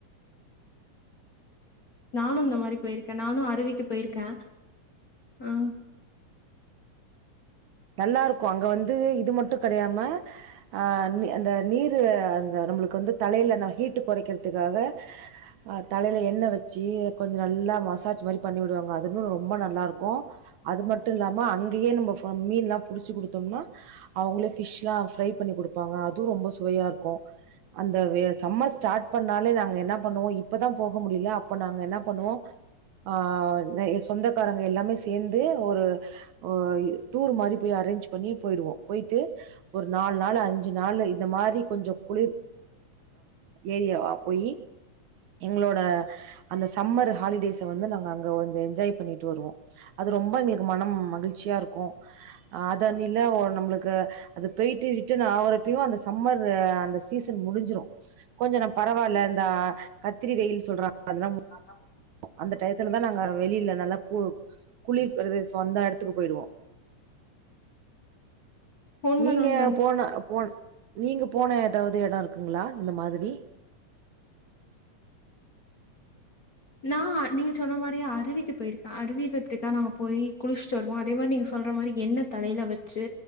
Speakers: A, on the left (about 40°); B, on the right (about 70°).
A: நானும் இந்த மாரி போயிருக்க நானும் அருவிக்கு போயிருக்க ஆ
B: நல்லா இருக்கும் அங்க வந்து இது மட்டும் கிடையாம அ அந்த நீரு அந்த நம்முளுக்கு வந்து தலையில நா ஹீட்டு குறைக்கிறதுக்காக அ தலையில எண்ணெய் வச்சு கொஞ்சோ நல்லா ‌ மசாஜ் மாரி பண்ணி விடுவாங்க அது இன்னு ரொம்ப நல்லா இருக்கும் அது மட்டும் இல்லாம அங்கேயே நம்ம ஃப மீன் ‌எல்லாம் புடிச்சு குடுத்தோம்னா அவுங்களே ஃபிஷ் எல்லாம் ஃப்ரை பண்ணி குடுப்பாங்க அதும் ரொம்ப சுவையா இருக்கும் அந்த வே சம்மர் ஸ்டார்ட் பண்ணாலே நாங்க என்ன பண்ணுவோ இப்பதா போக முடில அப்ப நாங்க என்ன பண்ணுவோ ஆ ரெயி சொந்தக்காரங்க எல்லாமே சேந்து ஒரு ஒ டூர் மாரி போய் அரேஞ்ச் பண்ணி போயிடுவோ போயிட்டு ஒரு நாள் நாலு அஞ்சு நாளு இந்த மாரி கொஞ்சோ குளிர் ஏரியாவா போயி எங்ளோட அந்த சம்மர் ஹாலிடேஸ்ஸ வந்து நாங்க அங்க கொஞ்சோ என்ஜாய் பண்ணிட்டு வருவோ அது ரொம்ப எங்ளுக்கு மனம் மகிழ்ச்சியா இருக்கு அத னில ஒர் நம்புளுக்கு அது போயிட்டு டு நாவரப்பியு அந்த சம்மர் அந்த சீசன் முடிஞ்சிரு கொஞ்சோ நம் பரவால இந்த அ கத்திரி வெயில் சொல்றா அதுலாம்
A: அதம்
B: அந்த டையத்துல தா நாங்க வெளியில நல்லா கு குளிர் பிரதேசோ அந்த இடத்துக்கு போயிடுவோ
A: உண்மதாங்க.
B: நீங்க போன போன் நீங்க போன ஏதாவது இடோ இருக்குங்ளா இந்த மாதிரி
A: நா நீங்க சொல்ற மாரி அருவிக்கு போயிருக்கே அருவியில இப்டித்தா நாங்க போய் குளிச்சிட்டு வருவோ அதே மாரி நீங்க சொல்ற மாரி எண்ண தலையில வச்சு